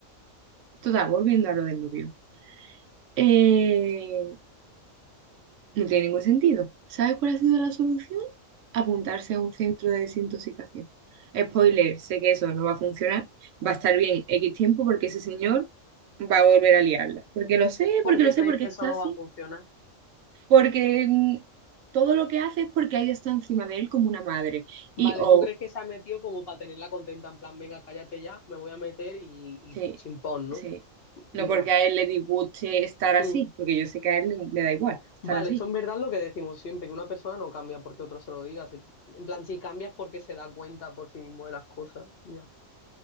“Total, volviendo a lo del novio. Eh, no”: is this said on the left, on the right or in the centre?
Right